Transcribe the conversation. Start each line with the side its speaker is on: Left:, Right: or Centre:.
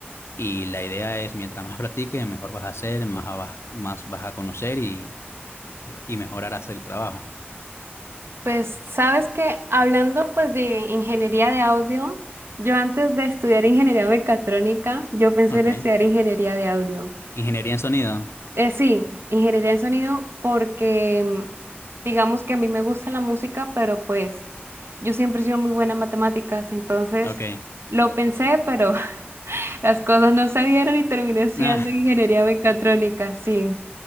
Left: y la idea es, mientras más practiques, mejor vas a hacer, más, vas, más vas a conocer y, y mejorarás el trabajo.
Right: Pues sabes que hablando pues de ingeniería de audio, yo antes de estudiar ingeniería mecatrónica, yo pensé
Left: Ok.
Right: en estudiar ingeniería de audio.
Left: Ingeniería en sonido.
Right: Eh, sí, ingeniería en sonido porque mm, digamos que a mí me gusta la música, pero pues yo siempre he sido muy buena en matemáticas, entonces
Left: Ok.
Right: lo pensé, pero <laughs> las cosas no se dieron y terminé estudiando
Left: <laughs>
Right: ingeniería mecatrónica, sí.